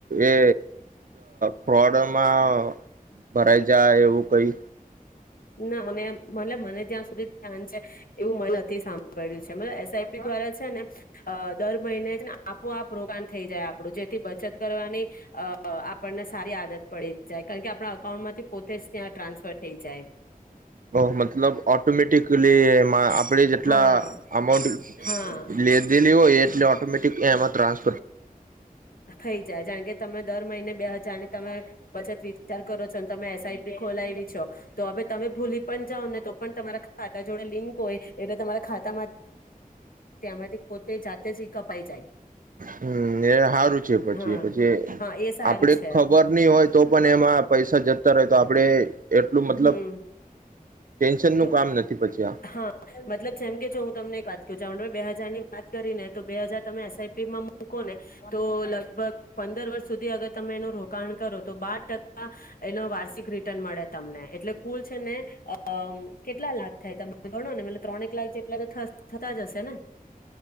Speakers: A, on the right (about 65°); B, on the left (about 70°).
A: એ ફ્રોડમાં ભરાઈ જાય એવું કઈ.
B: ના મને મતલબ મને ત્યાં સુધી ધ્યાન છે એવું મને નથી સાંભળ્યું છે મતલબ એસઆઈપી દ્વારા છે ને દર મહિને જ ને આપોઆપ રોકાણ થઈ જાય આપણું જેથી બચત કરવાની અ આપણને સારી આદત પડી જાય કારણ કે આપણા અકાઉન્ટમાંથી પોતે જ ત્યાં ટ્રાન્સફર થઈ જાય.
A: ઓ મતલબ ઓટોમેટિકલી આપણે જેટલા
B: હા
A: અમાઉન્ટ
B: હા
A: લીધેલી હોય એ ઓટોમેટિક એ તેમાં ટ્રાન્સ
B: થઈ જાય જાણ કે. તમે દર મહિને બે હજારની તમે બચત વિચાર કરો છો તમે એસઆઈપી ખોલાવી છો તો હવે તમે ભૂલી પણ જાઓ ને તો પણ તમારા ખાતા જોડે લિંક હોય એટલે તમારા ખાતામાં ત્યાંમાંથી પોતે જાતે જ કપાઈ જાય.
A: હમ એ સારું છે પછી
B: હા
A: પછી
B: હા એ સારું
A: આપડે
B: છે
A: ખબર નહ હોય તો પણ એમાં પૈસા. જતર હોય તો આપડે. એટલું
B: હમ
A: મતલબ ટેન્શન નું
B: જો
A: કામ નથી પછી આ
B: હા મતલબ જેમ કે છો હું તમને એક વાત કું છ બે હાજાર. ત કરીને તો બે હજાર તમે એસઆઈીમાં મકો ને તો લગભગ પંદર વર્ષ સુધી અગર તમે એનું રોકાણ કરો તો બાર ટકા એનો વાર્ષિક રિટર્ન મળે. તમને એટલે કુલ છે ને અ કેટલા લાખ થાય તમે ભણો ને ત્રણેક લાખ જેટલા તો થતા જશે ને.